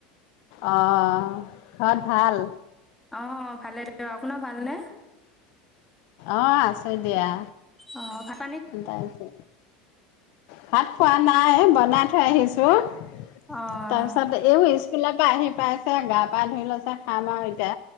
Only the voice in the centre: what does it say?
অ ভালে আপোন ভালনে।
অ ভাল।
অঁ